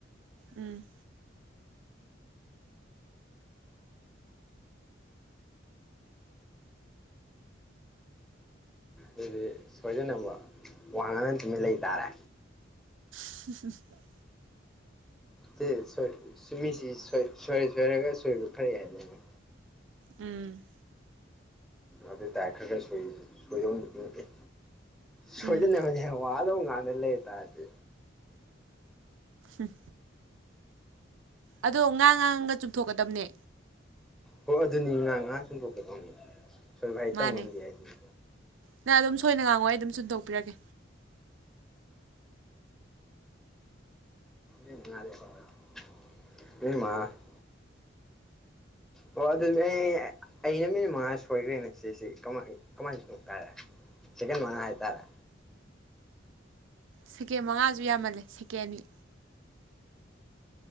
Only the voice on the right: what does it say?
ꯎꯝ
<unintelligible>
ꯎꯝ
ꯎꯝ
ꯎꯝ ꯑꯗꯣ ꯉꯥ ꯉꯥꯡꯒ ꯆꯨꯝꯊꯣꯛꯀꯗꯕꯅꯦ
ꯃꯥꯅꯦ
ꯅꯪ ꯑꯗꯨꯝ ꯁꯣꯏꯅ ꯉꯥꯡꯉꯣ ꯑꯩ ꯑꯗꯨꯝ ꯆꯨꯝꯗꯣꯛꯄꯤꯔꯒꯦ
ꯁꯦꯀꯦꯟ ꯃꯉꯥꯖꯨ ꯌꯥꯝꯃꯜꯂꯦ ꯁꯦꯀꯦꯟ ꯑꯅꯤ